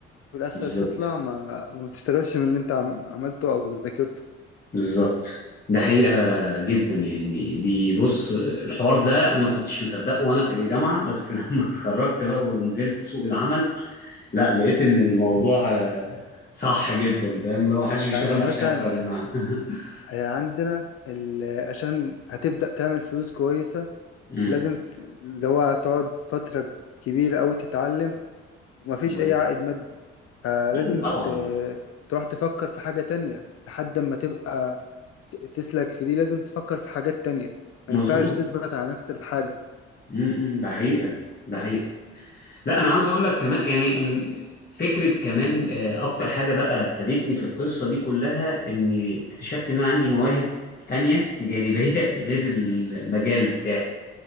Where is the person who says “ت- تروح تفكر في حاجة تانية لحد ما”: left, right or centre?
Left